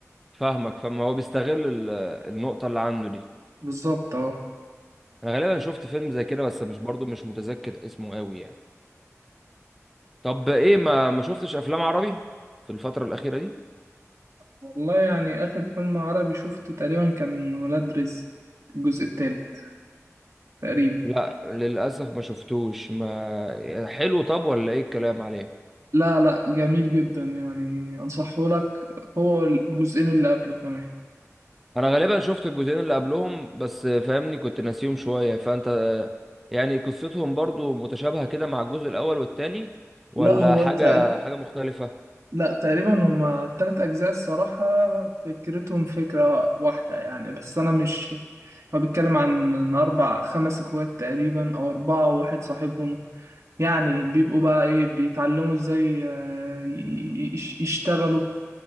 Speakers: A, in the centre; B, on the right.
A: فاهمك فاهم هو بيستغل ال- النقطة اللي عنده دي
B: بالظبط أه
A: انا غالبا شفت فيلم زي كده بس مش برضو مش متذكر اسمه قوي يعني طب ايه ما ما شفتش افلام عربي في الفترة الأخيرة دي
B: والله يعني آخر فيلم عربي شفته تقريبا كان ولاد رزق الجزء التالت تقريبا
A: لا للأسف ما شفتوش ما حلو طب ولا ايه الكلام عليه
B: لا لا جميل جدا يعني أنصحه لك هو الجزئين اللي قبله كمان
A: انا غالبا شفت الجزئين اللي قبلهم بس فاهمني كنت ناسيهم شوية فانت يعني قصتهم برضو متشابهة كده مع الجزء الأول والتاني ولا
B: لا هو
A: حاجة
B: تقريبا
A: حاجة مختلفة
B: لا تقريبا هما تلات أجزاء الصراحة فكرتهم فكرة واحدة يعني بس أنا مش هو بيتكلم عن إن أربع خمس إخوات تقريبا أو أربعة وواحد صاحبهم يعني بيبقوا بقى إيه بيتعلموا إزاي آه، ي- ي- يشتغلوا